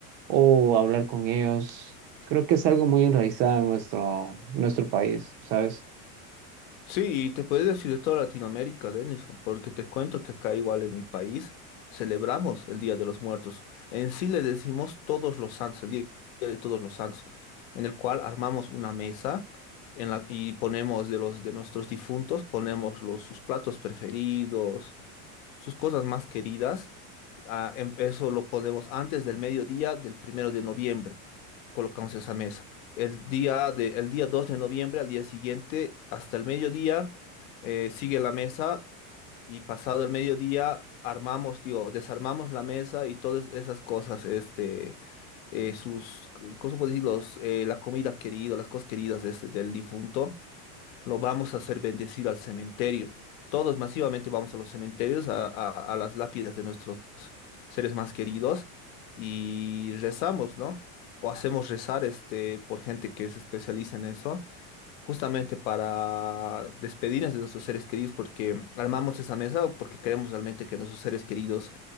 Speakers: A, on the right; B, on the left.
A: o hablar con ellos. Creo que es algo muy enraizado en nuestro, nuestro país, ¿sabes?
B: Sí, y te puedes decir de toda Latinoamérica, Denison, porque te cuento que acá igual en mi país celebramos el Día de los Muertos. En sí le decimos Todos los Santos, el Día de Todos los Santos, en el cual armamos una mesa en la, y ponemos de los de nuestros difuntos, ponemos los, sus platos preferidos, sus cosas más queridas. Ah, em- eso lo ponemos antes del mediodía del primero de noviembre. Colocamos esa mesa. El día de, el día 2 de noviembre, al día siguiente, hasta el mediodía, eh, sigue la mesa y pasado el mediodía armamos, digo, desarmamos la mesa y todas esas cosas, este, eh, sus, ¿cómo se puede decir? Los, eh, la comida querida, las cosas queridas de este- del difunto lo vamos a hacer bendecir al cementerio. Todos masivamente vamos a los cementerios, a, a- a las lápidas de nuestros seres más queridos y rezamos, ¿no? O hacemos rezar este, por gente que se especializa en eso, justamente para despedirnos de nuestros seres queridos, porque armamos esa mesa porque queremos realmente que nuestros seres queridos